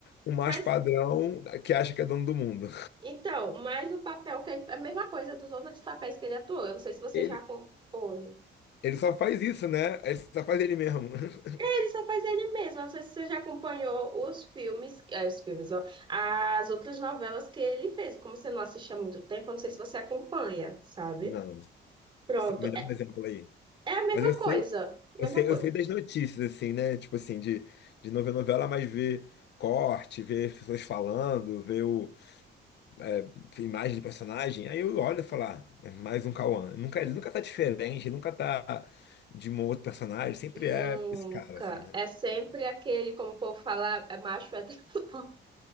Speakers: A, on the left (about 60°); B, on the right (about 25°).
A: um macho
B: Mas
A: padrão que acha que é dono do mundo.
B: Então, mais um papel que é a mesma coisa dos outros papéis que ele atuou. Eu não sei se você
A: Ele,
B: já acompanhou.
A: ele só faz isso, né? Ele só faz ele mesmo. <laughs>
B: É, Ele só faz ele mesmo. Eu não sei se você já acompanhou os filmes, eh, os filmes, ó, as outras novelas que ele fez. Como você não assiste há muito tempo, eu não sei se você acompanha, sabe?
A: Não,
B: Pronto.
A: me dá
B: É,
A: um exemplo aí.
B: é a mesma
A: Mas eu sei
B: coisa. Mesma
A: Eu sei,
B: coisa.
A: eu sei das notícias, assim, né? Tipo assim, de, de não ver novela, mas ver corte, ver pessoas falando, ver o, é, imagem do personagem. Aí eu olho e falo, ah, é mais um Cauã. Nunca, ele nunca tá diferente, ele nunca tá de um outro personagem. Sempre
B: Nunca.
A: é esse cara, assim, né?
B: É sempre aquele, como o povo fala, é macho hétero. <laughs>